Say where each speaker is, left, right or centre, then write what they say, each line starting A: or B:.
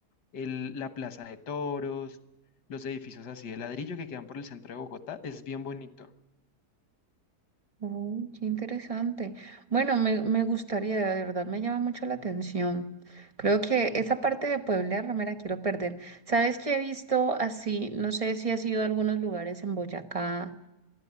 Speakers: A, on the left; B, on the right.
A: el- la plaza de toros, los edificios así de ladrillo que quedan por el centro de Bogotá. Es bien bonito.
B: Oh, qué interesante. Bueno, me, me gustaría, de verdad, me llama mucho la atención. Creo que esa parte de Puebla no me la quiero perder. ¿Sabes qué he visto así? No sé si has ido a algunos lugares en Boyacá